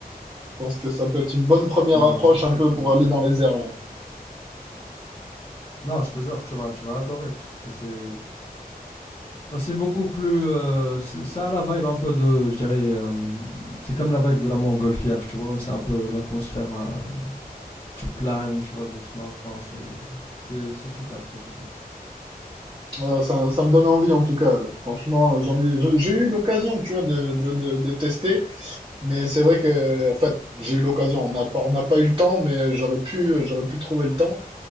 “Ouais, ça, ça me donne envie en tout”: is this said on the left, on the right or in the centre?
Right